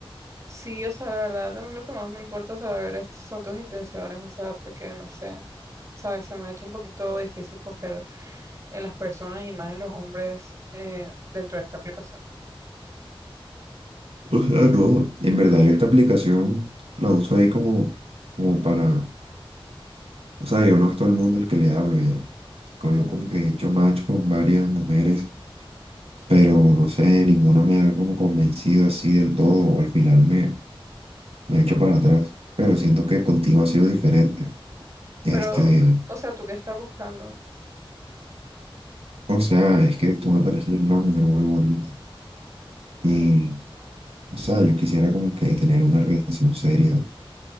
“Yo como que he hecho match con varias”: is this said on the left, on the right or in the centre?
Right